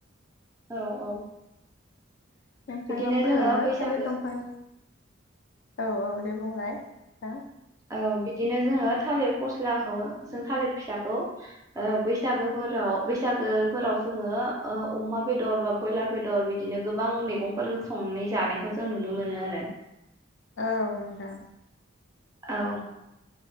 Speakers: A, on the right; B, on the left.
A: औ
B: <inaudible>
A: औ
B: नोंथाङाबो
A: बिदिनो जोङो बैसागो
B: थालिर दंफां औ औ दे बुंलाय। हा
A: औ बिदिनो जोङो थालिर फस्लाखौ जों थालिर फिसाखौ ओ बैसागोफोराव बैसागोफोराव जोङो ओ अमा बेदर बा ब्रयलार बेदर बिदिनो गोबां मैगंफोरजों संनाय जानायखौ जों नुनो मोनो आरो
B: औ नोंथां।
A: औ